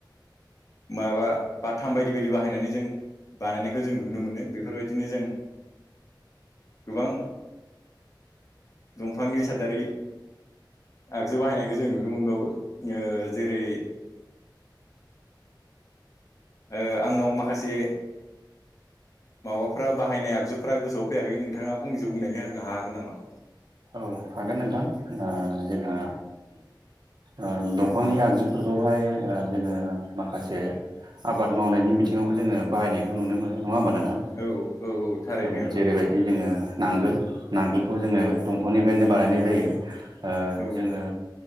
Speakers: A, on the left (about 40°); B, on the right (about 60°).
A: माबा बाथाम बायदि बायदि बाहायनानै जों बानायनायखौ जों नुनो मोनो। बे बेफोरबायदिनो जों गोबां दंफांनि सादारि आगजु बाहायनायखौ जों नुनो मोनबावो। ओ जेरै ओ आंनाव माखासे माबाफ्रा बाहायनाय आगजुफ्रा गोसोआव फैयाखै नोंथाङा फंनैसो बुंनानै होनो हागोन नामा?
B: औ हागोन नोंथां। ओ जोंहा ओ दंफांनि आगजुफोरखौहाय ओ जोङो माखासे आबाद मावनायनि बिथिङावबो जोङो बाहायनायखौ नुनो मोनो नङा होमबा नों थां?
A: औ औ औ थारैनो
B: ओ जेरैबायदि जोङो नांगोल नांगोलखौ जोङो
A: औ
B: दंफांनिफ्रायनो बानायनाय जायो। ओ
A: औ
B: जोङो